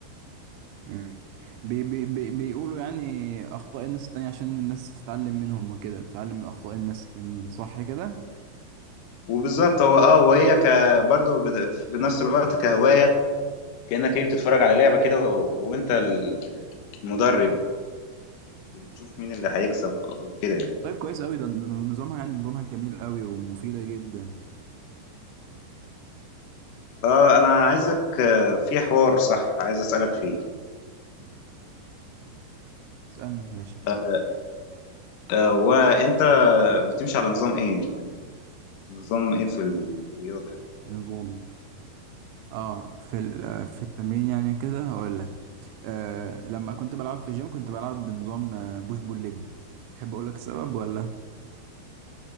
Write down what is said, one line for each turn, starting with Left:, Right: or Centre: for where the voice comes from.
Right: مم. بي بي بي بيقولوا يعني اخطاء الناس التانية عشان الناس تتعلم منهم وكده تتعلم من اخطاء الناس التانيين صح كده
Left: وبالظبط هو اه وهي ك برضه بد- في نفس الوقت كهواية كأنك ايه بتتفرج على لعبة كده و... وانت ال- المدرب وتشوف مين اللي هيكسب وكده يعني
Right: طيب كويس قوي ده نظامها يعني نظامها جميل قوي ومفيدة جدا
Left: اه انا عايزك آه، في حوار صح عايز اسالك فيه
Right: اسألني يا باشا
Left: آه، آه، وانت بتمشي على نظام ايه نظام ايه في الرياضه يعني
Right: نظام اه في ال- في التمرين يعني كده هقول لك آه لما كنت بلعب في الجيم كنت بلعب بنظام آه، بوش بول ليج تحب اقول لك السبب ولا